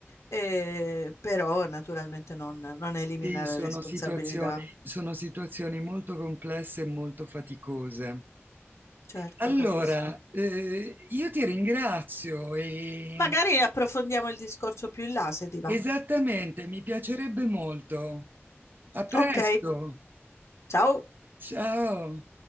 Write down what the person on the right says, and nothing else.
sì, sono
situazioni, sono situazioni molto complesse e molto faticose.
Allora,
eh, io ti ringrazio e
esattamente, mi piacerebbe molto. A presto,
ciao.